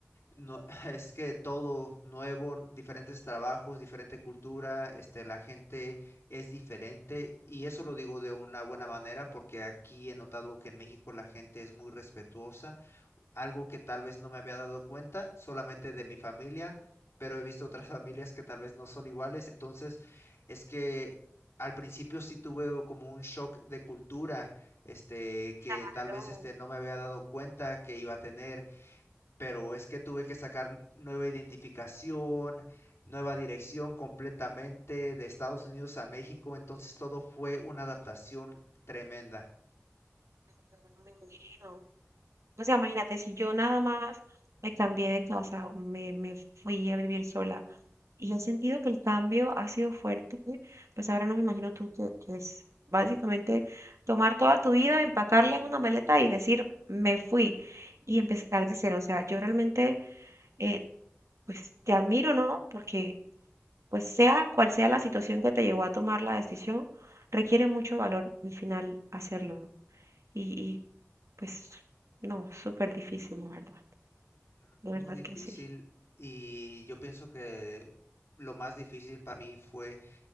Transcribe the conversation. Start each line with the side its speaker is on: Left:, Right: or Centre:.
Left: No, <laughs> es que todo nuevo, diferentes trabajos, diferente cultura, este, la gente es diferente y eso lo digo de una buena manera porque aquí he notado que en México la gente es muy respetuosa, algo que tal vez no me había dado cuenta solamente de mi familia, pero he visto otras <laughs> familias que tal vez no son iguales, entonces es que al principio sí tuve como un shock de cultura, este, que
Right: claro,
Left: tal vez este no me había dado cuenta que iba a tener pero es que tuve que sacar nueva identificación, nueva dirección completamente de Estados Unidos a México, entonces todo fue una adaptación tremenda.
Right: claro, no me imagino. O sea, imagínate, si yo nada más me cambié de casa, o me, me fui a vivir sola y he sentido que el cambio ha sido fuerte, pues ahora no me imagino tú que, que es básicamente tomar toda tu vida, empacarla en una maleta y decir, me fui y empezar de cero. O sea, yo realmente... eh, pues te admiro, ¿no? Porque Pues sea cual sea la situación que te llevó a tomar la decisión, requiere mucho valor al final hacerlo. Y, y pues no, súper difícil, la verdad.
Left: Sí, La verdad
Right: De
Left: es
Right: verdad
Left: muy difícil
Right: que sí.
Left: y yo pienso que lo más difícil para mí fue